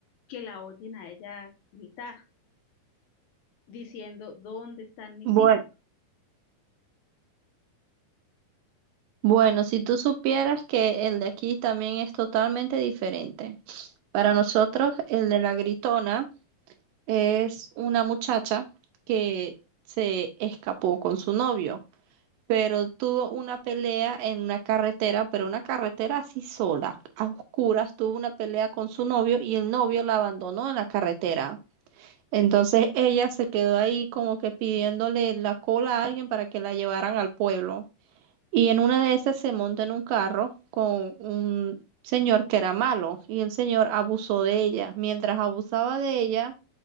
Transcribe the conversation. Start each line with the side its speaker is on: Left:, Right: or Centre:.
Left: que la oyen a ella gritar diciendo dónde están mis
Right: Bueno.
Left: hijos.
Right: Bueno, si tú supieras que el de aquí también es totalmente diferente. Para nosotros, el de la gritona es una muchacha que se escapó con su novio. pero tuvo una pelea en una carretera, pero una carretera así sola, a oscuras, tuvo una pelea con su novio y el novio la abandonó en la carretera. Entonces ella se quedó ahí como que pidiéndole la cola a alguien para que la llevaran al pueblo. Y en una de esas se monta en un carro con un señor que era malo y el señor abusó de ella. Mientras abusaba de ella,